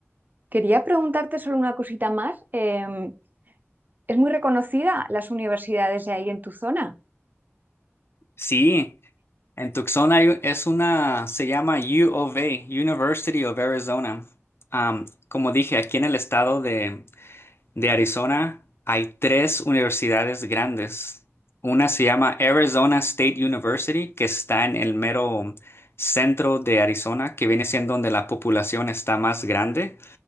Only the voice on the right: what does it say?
quería preguntarte solo una cosita más. Em, ¿es muy reconocida las universidades de ahí en tu zona?